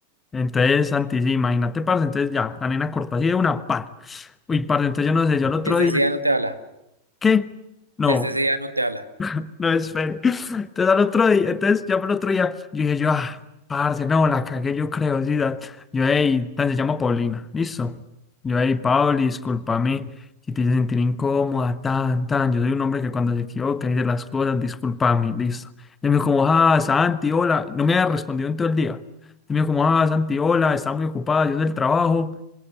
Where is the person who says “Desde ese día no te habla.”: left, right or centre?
Right